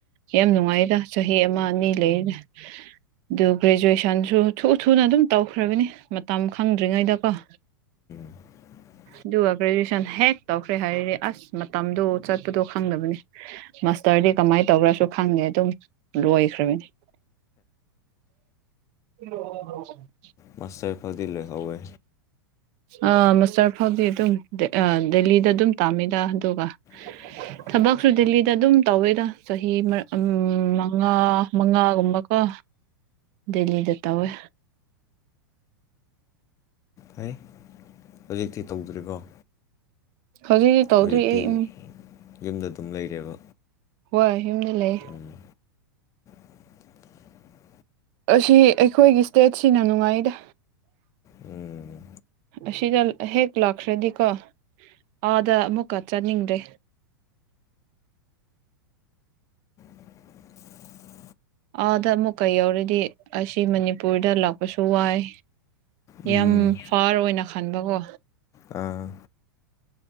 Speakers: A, on the right; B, on the left.
A: ꯌꯥꯝ ꯅꯨꯡꯉꯥꯏꯔ ꯆꯍꯤ ꯑꯃ ꯑꯅꯤ ꯂꯩꯔꯦ ꯑꯗꯨ ꯒ꯭ꯔꯦꯖꯨꯌꯦꯁꯟꯁꯨ ꯊꯨ ꯊꯨꯅ ꯑꯗꯨꯝ ꯇꯧꯈ꯭ꯔꯕꯅꯤ ꯃꯇꯝ ꯈꯪꯗ꯭ꯔꯤꯉꯩꯗꯀꯣ
B: <unintelligible>
A: ꯑꯗꯨꯒ ꯒ꯭ꯔꯦꯖꯨꯦꯁꯟ ꯍꯦꯛ ꯇꯧꯈ꯭ꯔꯦ ꯍꯥꯏꯔꯗꯤ ꯑꯁ ꯃꯇꯝꯗꯣ ꯆꯠꯄꯗꯣ ꯈꯪꯗꯕꯅꯤ ꯃꯥꯁꯇꯔꯗꯤ ꯀꯃꯥꯏꯅ ꯇꯧꯈ꯭ꯔꯁꯨ ꯈꯪꯗꯦ ꯑꯗꯨꯝ ꯂꯣꯏꯈ꯭ꯔꯕꯅꯤ <unintelligible>
B: ꯃꯥꯁꯇꯔ ꯐꯥꯎꯗꯤ ꯂꯩꯍꯧꯋꯦ
A: ꯑ ꯃꯁꯇꯔ ꯐꯥꯎꯗꯤ ꯑꯗꯨꯝ ꯗꯦꯂꯤꯗ ꯑꯗꯨꯝ ꯇꯥꯝꯃꯤꯗ ꯑꯗꯨꯒ
B: <unintelligible>
A: ꯊꯕꯛꯁꯨ ꯗꯦꯜꯂꯤꯗ ꯑꯗꯨꯝ ꯇꯧꯋꯦꯗ ꯆꯍꯤ ꯃꯉꯥ ꯃꯉꯥꯒꯨꯝꯕꯀ ꯗꯦꯂꯤꯗ ꯇꯧꯋꯦ
B: ꯍꯥꯏ ꯍꯧꯖꯤꯛꯇꯤ ꯇꯧꯗ꯭ꯔꯤꯀꯣ
A: ꯍꯧꯖꯤꯛꯇꯤ ꯇꯧꯗ꯭ꯔꯤ
B: ꯍꯧꯖꯤꯛꯇꯤ
A: ꯑꯩ ꯎꯝ
B: ꯌꯨꯝꯗ ꯑꯗꯨꯝ ꯂꯩꯔꯦꯕ
A: ꯍꯣꯏ ꯌꯨꯝꯗ ꯂꯩ
B: ꯎꯝ, <unintelligible>
A: ꯑꯁꯤ ꯑꯩꯈꯣꯏꯒꯤ ꯏꯁ꯭ꯇꯦꯠꯁꯤꯅ ꯅꯨꯡꯉꯥꯏꯗꯥ
B: ꯎꯝ,
A: ꯑꯁꯤꯗ ꯍꯦꯛ ꯂꯥꯛꯈ꯭ꯔꯗꯤꯀꯣ ꯑꯥꯗ ꯑꯃꯨꯛꯀ ꯆꯠꯅꯤꯡꯗ꯭ꯔꯦ
B: <unintelligible>
A: ꯑꯥꯗ ꯑꯃꯨꯛ ꯀꯥ ꯌꯧꯔꯗꯤ ꯑꯁꯤ ꯃꯅꯤꯄꯨꯔꯗ ꯂꯥꯛꯄꯁꯨ ꯋꯥꯏ
B: ꯎꯝ.
A: ꯌꯥꯝ ꯐꯥꯔ ꯑꯣꯏꯅ ꯈꯟꯕꯀꯣ
B: ꯑꯥ